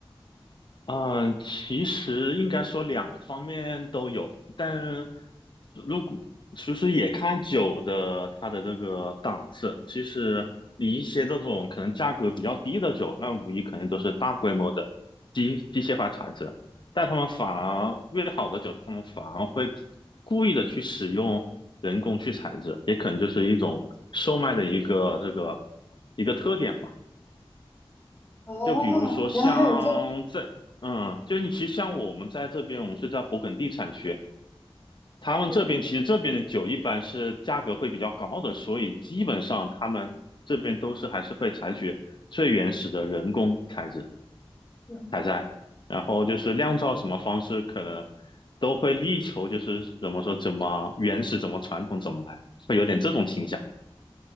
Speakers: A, on the left; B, on the left.
A: 嗯，其实应该说两方面都有，但如果其实也看酒的它的这个档次。其实你一些这种可能价格比较低的酒，那无疑肯定都是大规模的机机械化产制，但他们反而越好的酒，他们反而会故意的去使用人工去采制，也可能就是一种售卖的一个这个一个特点吧。
B: 哦，
A: 就比如说像这，
B: 原来还有这，
A: 嗯，就你其实像我们在这边，我们是在勃艮第产区，他们这边其实这边的酒一般是价格会比较高的，
B: 嗯
A: 所以基本上他们这边都是还是会采取最原始的人工采制
B: 嗯
A: 采摘，然后就是酿造什么方式可能都会力求就是怎么说怎么原始怎么传统怎么来，会有点这种倾向。